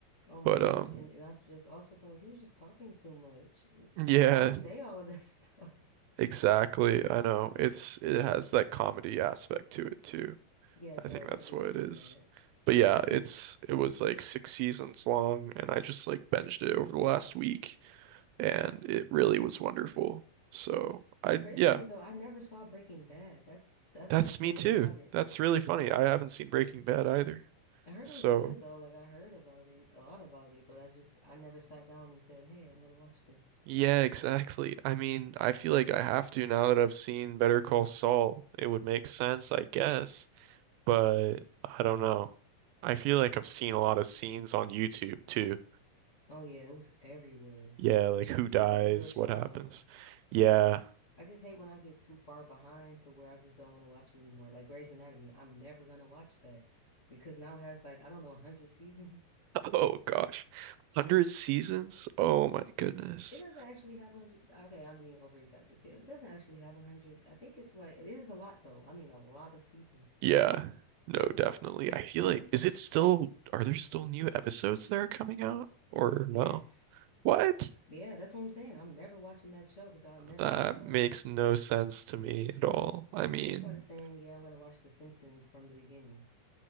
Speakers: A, on the left (about 35°); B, on the right (about 85°).
A: Oh my
B: But
A: gosh.
B: um
A: And and I just also felt like he was just talking too much.
B: yeah,
A: Like why say all of that <laughs> stuff?
B: exactly. I know. It's it has that comedy aspect to it too.
A: Yeah, it
B: I
A: does.
B: think that's
A: I did
B: what
A: enjoy
B: it is.
A: that.
B: But
A: <laughs>
B: yeah, it's it was like six seasons long, and I just like binged it over the last week, and it really was wonderful. So I
A: Crazily
B: yeah,
A: though, I never saw Breaking Bad. That's that's
B: that's
A: what's funny
B: me too.
A: about it.
B: That's really funny. I haven't seen Breaking Bad either.
A: I heard
B: So
A: it was good though. Like I heard about it, a lot about it, but I just I never sat down and said, "Hey, I'm gonna watch this."
B: yeah,
A: <laughs>
B: exactly. I mean, I feel like I have to now that I've seen Better Call Saul. It would make sense, I guess, but I don't know. I feel like I've seen a lot of scenes on YouTube too.
A: Oh yeah, it was everywhere.
B: Yeah, like who
A: Seems
B: dies,
A: like a good show
B: what happens.
A: though.
B: Yeah. <laughs>
A: I just hate when I get too far behind to where I just don't want to watch it anymore. Like Grey's Anatomy, I'm never gonna watch that because now it has like I don't know 100 seasons. <laughs>
B: Oh gosh. 100 seasons? Oh my goodness.
A: It doesn't actually have 100. Okay, I'm being over exaggerative. It doesn't actually have 100. I think it's like it is a lot though. I mean, a lot of seasons.
B: Yeah. No, definitely.
A: <laughs>
B: I feel like is it still are there still new episodes that are coming out or
A: Yes.
B: no? What?
A: Yeah, that's what I'm saying. I'm never watching that show because I'll never
B: That
A: catch
B: makes
A: up.
B: no sense to me at all. I mean,
A: That's like saying, yeah, I'm gonna watch The Simpsons from the beginning.